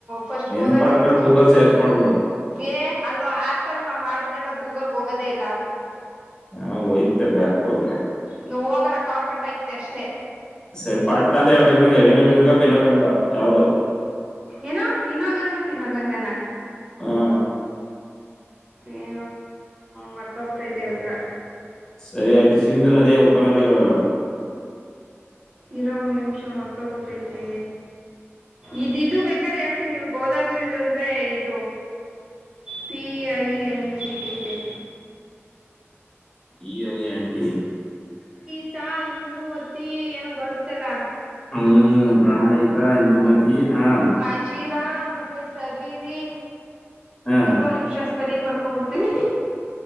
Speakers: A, on the right (about 25°); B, on the left (about 15°).
A: ಫಸ್ಟ್
B: ನೆನ್
A: ಗೋದಾವರಿದಕೆ
B: ಮಾಡ್ಕೊಂಡು ಗೂಗಲ್ ಸರ್ಚ್ ಮಾಡ್ಬಿಡು
A: ಏ ಹಲ್ಲೋ ಆ್ಯಪಲ್ ಮಾಮ ಮಾಡ್ಕೊ ಆದ್ಮೇಲೆ ಗೂಗಲ್ಗೆ ಹೋಗೋದೇ ಇಲ್ಲ ಅದು
B: ಹ ಒಯ್ತ ಬ್ಯಾಕ್ ಹೋದ್ರೆ
A: ನೀ ಹೋಗಲ್ಲ ಕಾಲ್ ಕಟ್ಟ ಆಗತ್ ಅಷ್ಟೇ
B: ಸರಿ ಪಟ್ ಅಂತ ಹೇಳ್ಬೇಕು ನಂಗೆ ವೆನುಗಂಗ ಪೆನುಗಂಗ ಯಾವ್ದೋ
A: ಏನೋ ವಿನೋಗಂಗಾ ಪಿನೋಗಂಗಾ ನ
B: ಹಾ
A: ಏ ಮರ್ತೋಗ್ಬಿಟ್ಟುೈತೆ ಇ ಗೊತ್ತರ
B: ಸರಿ ಆಯ್ತು ಸಿಂಧು ನದಿಯ ಉಪನದಿಗಳ ಹೇಳು
A: ಇರೋ ನಿಮಿಷ ಮಾಡರ್ತ್ಬಿಟ್ಟೈತೆ ಇದ ಇದು ಬೇಕಾದ್ರೆ ಹೇಳ್ತನಿ ಇ ಗೋದಾವರಿದು ಅಂದ್ರೆ ಇದು ಪಿ ಐ ಎನ್ ಜಿ ಐತೆ
B: ಈ ಐ ಆಂಟಿ
A: ತ್ತಾ ಇಂದ್ರು ಅತಿ ಏನೋ ಬರುತ್ತಲ್ಲ
B: ಹ್ಮ್ ಪ್ರಣಾಯಿತಾ ಇಂದುಮತಿ ಹಾ
A: ಮಾಜಿ ರ ಮತ್ತೆ ಸಬೀರಿ
B: ಹಾ
A: ಇರು ಒಂದ್ ನಿಮಿಷ ಸ್ಪೆಲ್ಲಿಂಗ್ ಬರ್ಕೊಬಿಡ್ತೀನಿ